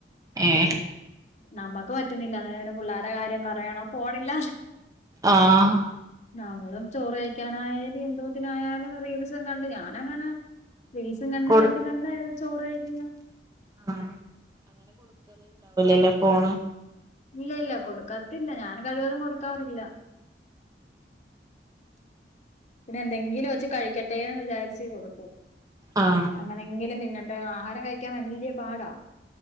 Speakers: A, on the right; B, on the left.
A: ഏഹ്
B: നമ്മുക്ക് പറ്റുന്നില്ല അന്നേരം പുള്ളാരെ കാര്യം പറയണോ ഫോണില്ലാതെ
A: ആഹ്
B: നമ്മളും ചോറ് കഴിക് ക്കാനായാലും എന്തോത്തിനായാലും റീൽസും കണ്ട് ഞാനങ്ങനാ റീൽസ് ഉം കണ്ട്
A: കൊടു
B: കണ്ട് കണ്ടായിരുന്നു ചോറ് കഴിക്കുന്നെ
A: ആഹ് ല്ല ഫോണ്
B: ഇല്ല ഇല്ല കൊടുക്കത്തില്ല ഞാൻ കഴിവതും കൊടുക്കാറില്ല പിന്നെ എന്തെങ്കിലും വെച്ച് കഴിക്കട്ടെന്ന് വിചാരിച്ച് ച്ച് കൊടുക്കും
A: ആഹ്
B: അങ്ങനെങ്കിലും തിന്നട്ടെ ആഹാരം കഴിക് ക്കാൻ വല്ലിയ പാടാ